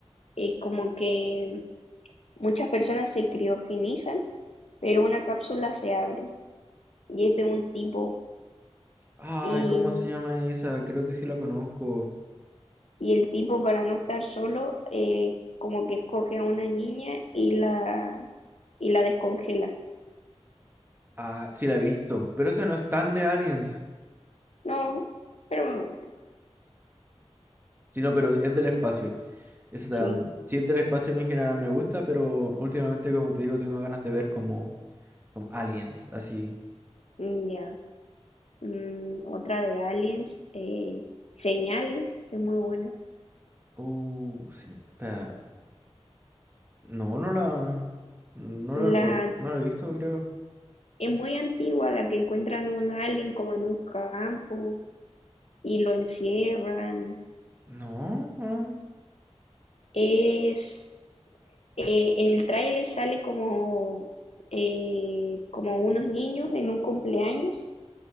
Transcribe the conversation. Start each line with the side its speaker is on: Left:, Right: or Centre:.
Left: eh, como que muchas personas se criogenizan, pero una cápsula se abre y es de un tipo
Right: Ay,
Left: y,
Right: ¿cómo se llama esa? Creo que sí la conozco.
Left: y el tipo para no estar solo eh, como que escoge a una niña y la y la descongela.
Right: Ah, sí la he visto. Pero esa no es tan de Aliens.
Left: No, pero me gusta.
Right: Sino, pero es del espacio. Esa tam-
Left: Sí,
Right: sí es del espacio, a mí en general me gusta, pero últimamente, como te digo, tengo ganas de ver como, como Aliens, así.
Left: mm, ya. Mm, otra de Aliens, eh, Señales, que es muy buena.
Right: Uh, se- espera. No, no la. No
Left: La
Right: la recuerdo. No la he visto, creo.
Left: Es muy antigua la que encuentran un alien como en un campo y lo encierran.
Right: No, no.
Left: Es eh, en el tráiler sale como eh, como unos niños en un cumpleaños